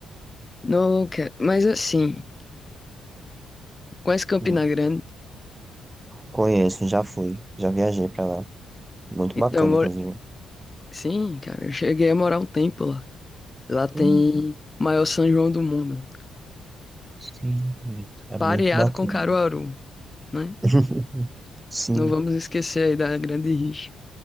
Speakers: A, on the left; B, on the right.
A: Não, cara, mas assim, conhece Campina
B: Hum,
A: Grande?
B: conheço, já fui, já viajei pra lá. Muito
A: Então,
B: bacana,
A: eu moro...
B: inclusive.
A: sim, cara, eu cheguei a morar um tempo lá. Lá tem
B: Hum,
A: o maior São João do mundo,
B: sim, é muito
A: pareado
B: bacana.
A: com Caruaru, né?
B: <laughs> Sim,
A: Não vamos esquecer aí da Grande Rixa.